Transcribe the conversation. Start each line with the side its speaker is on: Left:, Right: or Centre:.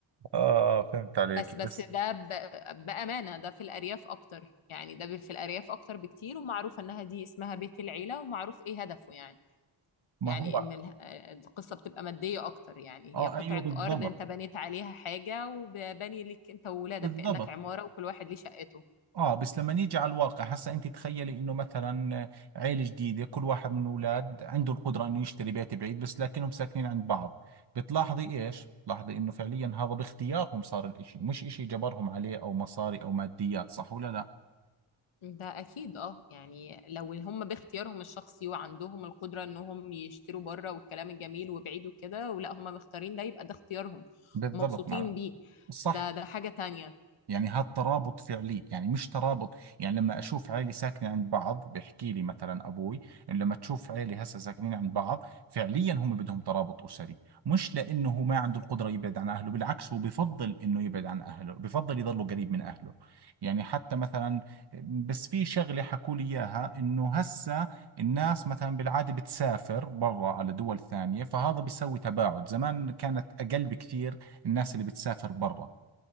Right: اه عليك
Left: بس
Right: بس
Left: بس ده ب... بأمانة ده في الأرياف أكتر يعني ده في الأرياف أكتر بكتير ومعروف إنها دي اسمها بيت العيلة ومعروف إيه هدفه يعني
Right: ما
Left: يعني
Right: هو
Left: إن اله- القصة بتبقى مادية أكتر يعني
Right: اه
Left: هي قطعة
Right: ايوه بالضبط
Left: أرض أنت بنيت عليها حاجة وبني لك أنت وولادك
Right: بالضبط
Left: كأنك عمارة وكل واحد ليه شقته
Right: اه بس لما نيجي على الواقع هسا انت تخيلي انه مثلا آه، عيلة جديدة كل واحد من الاولاد عنده القدرة انه يشتري بيت بعيد بس لكنهم ساكنين عند بعض بتلاحظي ايش؟ بتلاحظي انه فعليا هذا باختيارهم صار الاشي مش اشي جبرهم عليه او مصاري او ماديات صح ولا لا؟
Left: ده أكيد أه يعني لو هم باختيارهم الشخصي وعندهم القدرة إنهم يشتروا بره والكلام الجميل وبعيد وكده ولا هم مختارين ده يبقى ده اختيارهم
Right: بالضبط
Left: ومبسوطين
Right: معنا
Left: بيه
Right: صح
Left: ده ده حاجة تانية
Right: يعني هذا ترابط فعلي يعني مش ترابط يعني لما أشوف عيلة ساكنة عند بعض بحكي لي مثلا أبوي إنه لما تشوف عيلة هسه ساكنين عند بعض فعليا هم بدهم ترابط أسري مش لأنه هو ما عنده القدرة يبعد عن أهله بالعكس هو بفضل إنه يبعد عن أهله بفضل يضله قريب من أهله يعني حتى مثلا بس في شغلة حكوا لي إياها إنه هسه الناس مثلا بالعادة بتسافر برا على دول ثانية فهذا بيسوي تباعد زمان كانت أقل بكثير الناس اللي بتسافر برا